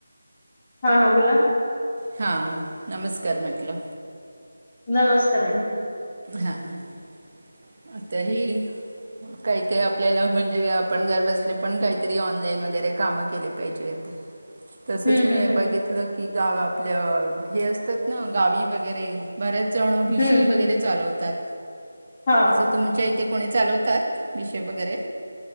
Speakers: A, on the left; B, on the right.
A: हा हा बोला.
B: हा नमस्कार म्हटलं.
A: नमस्कार मॅडम.
B: हां ह आताही काही काही आपल्याला म्हणजे पण घर बसले पण काहीतरी ऑनलाईन वगैरे काम केले पाहिजेत. तसच
A: हम्म
B: मी
A: हम्म हम्म
B: बघितलं की गाव आपल्या हे असतात ना गावी वगैरे बऱ्याच जण भिशी
A: हम्म
B: वगैरे
A: हम्म
B: चालवतात
A: हा
B: तसे तुमच्या इथे. कोणी चालवतात भिशी वगैरे.